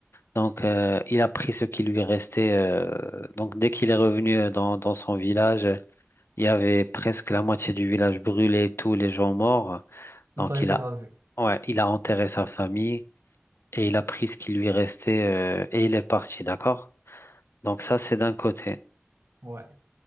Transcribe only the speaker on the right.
Il
a été
rasé.
Ouais.